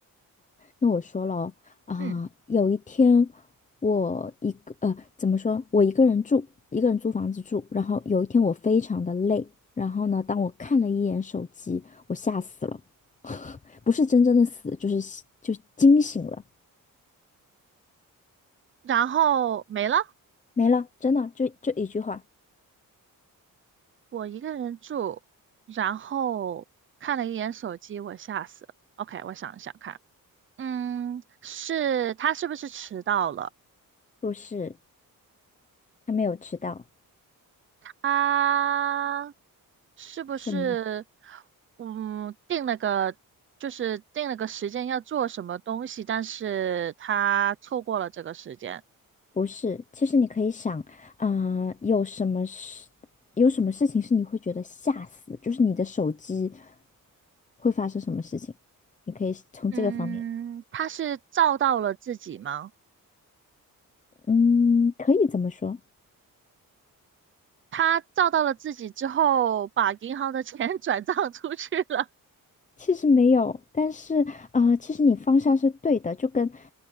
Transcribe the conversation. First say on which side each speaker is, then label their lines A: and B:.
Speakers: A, on the left; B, on the right.
A: 那我说了啊、
B: 嗯，
A: 有一天我一个呃，怎么说？我一个人住，一个人租房子住。然后有一天我非常的累，然后呢，当我看了一眼手机，我吓死了，不是真正的死，就是吓就惊醒了，
B: 然后没了，
A: 没了，真的就就一句话，
B: 我一个人住，然后看了一眼手机，我吓死了。OK，我想一想看，嗯，是他是不是迟到了？
A: 不是他没有迟到。
B: 他是不是
A: 什么？
B: 嗯定了个就是定了个时间要做什么东西，但是他错过了这个时间。
A: 不是，其实你可以想，呃，有什么事，有什么事情是你会觉得吓死，就是你的手机会发生什么事情，你可以从这个方面，
B: 嗯，他是照到了自己吗？
A: 嗯，可以这么说。
B: 他照到了自己之后，把银行的钱 <laughs> 转账出去了。
A: 其实没有，但是呃，其实你方向是对的，就跟